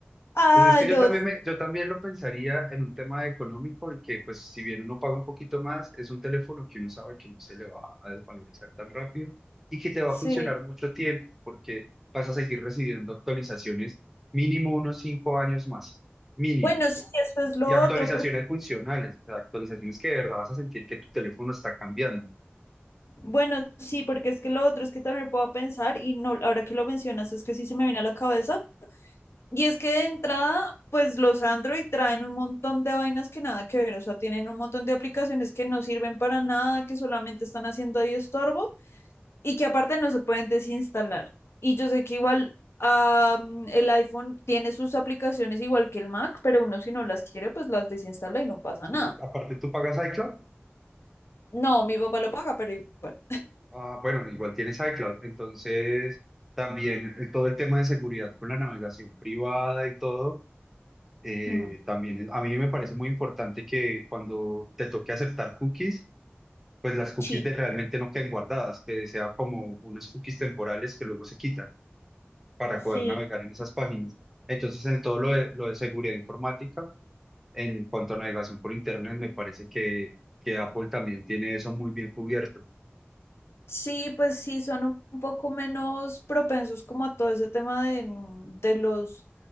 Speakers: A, on the left; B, in the centre.
A: Ah,
B: Pues es que
A: no,
B: yo también, me- yo también lo pensaría en un tema económico, en que pues si bien uno paga un poquito más, es un teléfono que uno sabe que no se le va a desvalorizar tan rápido y que te va
A: sí.
B: a funcionar mucho tiempo porque vas a seguir recibiendo actualizaciones mínimo unos cinco años más, mínimo.
A: Bueno, sí, eso es lo
B: Y actualizaciones
A: otro. por-
B: funcionales, o sea, actualizaciones que de verdad vas a sentir que tu teléfono está cambiando.
A: bueno, sí, porque es que lo otro es que también puedo pensar y no, ahora que lo mencionas es que sí se me viene a la cabeza. Y es que de entrada, pues los Android traen un montón de vainas que nada que ver, o sea, tienen un montón de aplicaciones que no sirven para nada, que solamente están haciendo ahí estorbo. y que aparte no se pueden desinstalar. Y yo sé que igual um, el iPhone tiene sus aplicaciones igual que el Mac, pero uno si no las quiere, pues las desinstala y no pasa
B: Sí.
A: nada.
B: Aparte tú pagas iCloud,
A: No, mi papá lo paga, pero igual.
B: Ah, bueno, igual tienes iCloud, entonces también el- todo el tema de seguridad con la navegación privada y todo, eh,
A: Ujú.
B: también es- a mí me parece muy importante que cuando te toque aceptar cookies, pues las cookies
A: Sí.
B: de realmente no queden guardadas, que sea como unas cookies temporales que luego se quitan para
A: Sí.
B: poder navegar en esas páginas. Entonces, en todo lo de, lo de seguridad informática, en cuanto a navegación por Internet, me parece que, que Apple también tiene eso muy bien cubierto.
A: Sí, pues sí, son un un poco menos propensos como a todo ese tema de, mm, de los